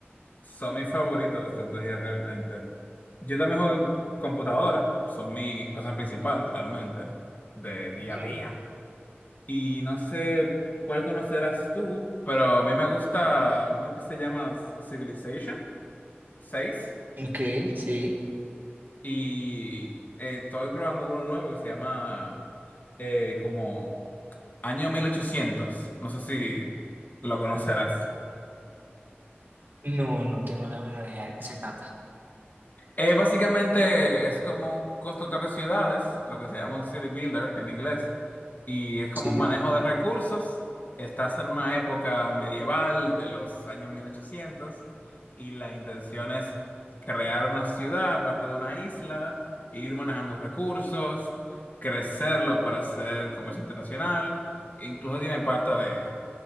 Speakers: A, on the left; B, on the right.
A: Son mis favoritos de estrategia realmente. Yo también juego en computadora, son mi cosa principal realmente, de día
B: ¿Qué?
A: a día. Y no sé cuál conocerás tú, pero a mí me gusta uno que se llama Civilization seis
B: ¿Qué? Sí.
A: y eh, estoy probando uno nuevo que se llama eh, como Año mil ochocientos No sé si lo conocerás.
B: No, no tengo la menor idea de qué se trata.
A: Eh, básicamente es como un constructor de ciudades, lo que se llama un city builder en inglés, y es como
B: Sí.
A: un manejo de recursos. Estás en una época medieval de los años 1800 y la intención es crear una ciudad aparte de una isla, ir manejando recursos, crecerlo para hacer comercio internacional, incluso tiene parte de,